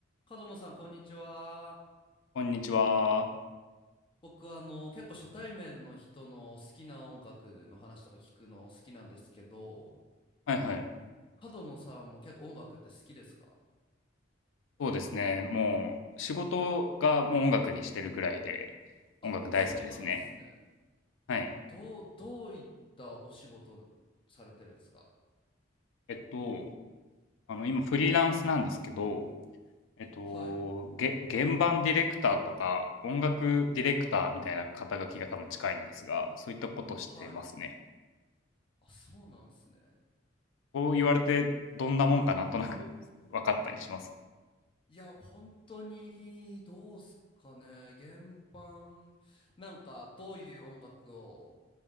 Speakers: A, on the left; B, on the left.
A: 角野さん、こんにちは。
B: こんにちは。
A: 僕、あの、結構初対面の人の好きな音楽の話とか聞くの好きなんですけど、
B: はいはい。
A: 角野さんも結構音楽って好きですか
B: そうですね。もう仕事がもう音楽にしてるぐらいで、
A: あ、
B: 音楽大好きですね。
A: そうなんですね。
B: はい。
A: どう、どういったお仕事されてるんですか
B: えっと、あの、今フリーランスなんですけど、えっと、
A: はい。
B: げ、現場ディレクターとか音楽ディレクターみたいな肩書きが多分近いんですが、そういったことしてますね。
A: はい。あ、そうなんですね。
B: こう言われてどんなもんかなんとなく分かったりします。
A: いや、本当に、どうすかね。原版、なんか、どういう音楽を